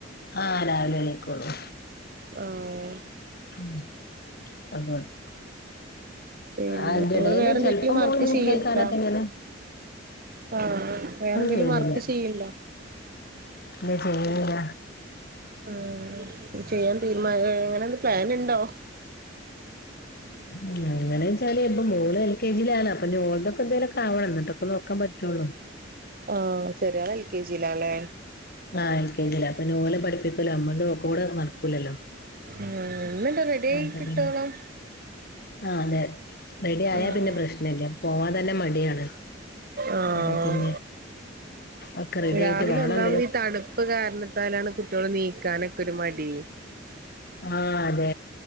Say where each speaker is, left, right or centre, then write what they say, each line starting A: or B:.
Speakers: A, on the left (about 55°); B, on the right (about 50°).
A: ആഹ് രാവിലെ എണീക്കൊള്ളു
B: ആഹ്
A: മ്ഹ് വന്നു വന്ന്
B: പിന്നെ
A: അയിന്റെ
B: നിങ്ങള്
A: ഇടേല്
B: വേറെന്തെങ്കിലും
A: ചെലപ്പൊ മോന്
B: വർക്ക്
A: മൂത്രമൊഴിക്കാനൊക്കെ
B: ചെയ്യണ്ടോ
A: എങ്ങനാ
B: ആഹ് വേറെന്തേലും
A: ചെയ്യണില്ല
B: വർക്ക് ചെയ്യൺണ്ടോ
A: ഇല്ല ചെയ്യുന്നില്ല
B: ആഹ് ചെയ്യാൻ തീരുമാ എങ്ങനെയാണ് പ്ലാനുണ്ടോ
A: ഉംഹ് അങ്ങനെ ചോയിച്ചാല് എന്റെ മോള് എൽ കെ ജിയിലാണ് അപ്പൊ <unintelligible> എന്തേലുവൊക്കെയാവണം എന്നിട്ടൊക്കെ നോ ക്കാൻ പറ്റുവൊള്ളൂ
B: ആ ചെറിയാള് എൽ കെ ജിയിലാല്ലേ
A: ആഹ് എൽ കെ ജിയിലാ അപ്പൊ ഓലെ പഠിപ്പിക്കല് അമ്മടെ കൂടെ നടക്കൂലല്ലോ
B: ഉംഹ് ഇന്നെന്താ റെഡി ആയി
A: അപ്പൊ
B: കിട്ടോളം
A: പിന്നെ ആഹ് അതെ റെഡി ആയാ
B: ഉം
A: പിന്നെ പ്രശ്നം ഇല്ല പോവാൻ തന്നെ മടിയാണ്
B: ആഹ്
A: അപ്പൊ പിന്നെ ഒക്കെ റെഡി
B: രാവിലെ
A: ആയിട്ട് കാണാൻ
B: ഒന്നാമത് ഈ തണുപ്പ് കാരണത്താലാണ് കുട്ടികളെ നീക്കാനൊക്കെ ഒരു മടി
A: ആ അതെ